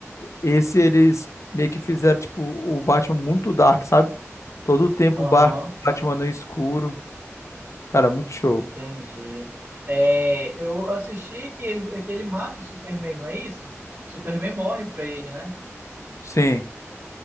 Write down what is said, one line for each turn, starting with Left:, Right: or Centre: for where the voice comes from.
Left: esse eles meio que fizeram, tipo, o Batman muito dark, sabe? Todo o tempo
Right: Aham,
Left: o Bar- Batman no escuro. Cara, muito show.
Right: entendi. É, eu assisti que ele, que ele mata o Superman, não é isso? O Superman morre pra ele, né?
Left: Sim,